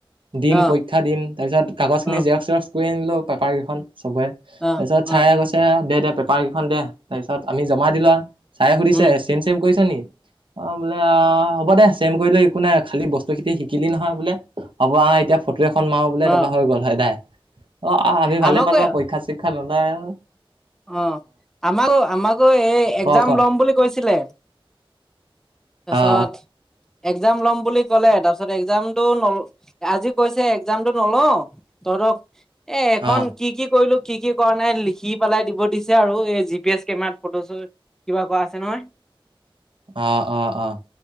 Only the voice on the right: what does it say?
দিম
পৰীক্ষা দিম। তাৰ পিছত কাগজ খিনি
জেৰক্স-চেৰক্স কৰি আনিলো পেপাৰ কেইখন চবৰে
তাৰ পিছত ছাৰে
কৈছে দে পেপাৰ কেইখন দে তাৰপিছত আমি জমা দিলো আও ছাৰে সুধিছে
চেম চেম কৰিছ নি? অ' বোলে অ হ'ব দে। চেম কৰিলেও একো নাই। খালি বস্তু খিনি শিকিলি নহয় বোলে হ'ব আহ এতিয়া ফটো এখন মাৰো বোলে
তাৰপা হৈ গ'ল। সদায়, অ' আমি ভালে
পালো আৰু পৰীক্ষা চৰীক্ষা নলয় আও।
ক ক
অ
অ
অ' অ' অ'।